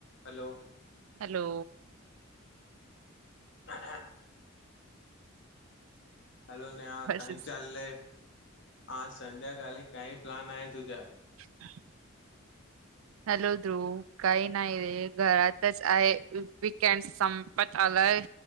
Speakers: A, on the left; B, on the right.
A: हॅलो
B: हॅलो
A: <inaudible> हॅलो नेहा
B: बसेस.
A: काय चाललय आज संध्याकाळी काही प्लान आहे तुझा
B: <unintelligible> हॅलो ध्रुव काही नाही रे घरातच आहे वीकेंड संपत आलाय